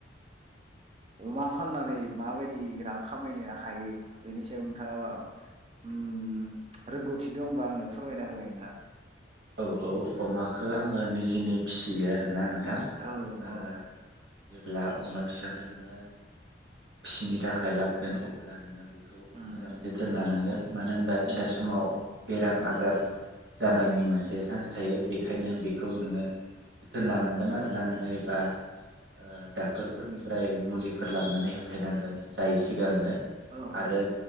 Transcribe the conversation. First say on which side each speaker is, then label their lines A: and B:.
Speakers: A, on the right; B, on the right.
A: ओअमा फाननानै माबायदि रां खामायनो हायो बेनि सायाव नोंथाङाबा ओ रोंगौथि दंबा आंनो फोरमायना होलाय नोंथां <inaudible>
B: औ औ अमाखौ आङो निजेनो फिसियो आरो नों थां
A: औ
B: ओ
A: औ
B: जेब्ला अमा फिसाखौ नोङो फिसिनो थाखाय लाबगोन अब्ला नोङो बे <inaudible> खौ
A: उम
B: मोजाङै जोथोन लानांगोन मानो होनबा
A: उम
B: फिसा समाव बेराम आजार आजार जानायनि मोनसे <inaudible> से सान्स थायो बेखायनो बिखौ नोङो जोथोन लानांगोन आरोना नोङो एबा ओ दाक्टरफोरनिफ्राय मुलिफोर लाबोनानै होफैनांगोन जायो सिगांनो
A: औ
B: आरो